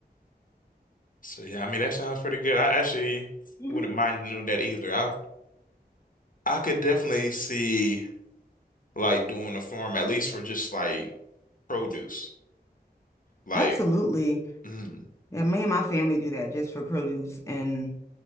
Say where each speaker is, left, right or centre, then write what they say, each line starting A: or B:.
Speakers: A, on the left; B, on the left.
A: So yeah, I mean that sounds pretty good. I actually
B: Mhm.
A: wouldn't mind doing that either. I I could definitely see like doing a farm at least for just like produce, like.
B: Absolutely.
A: mm.
B: Yeah, me and my family do that just for produce and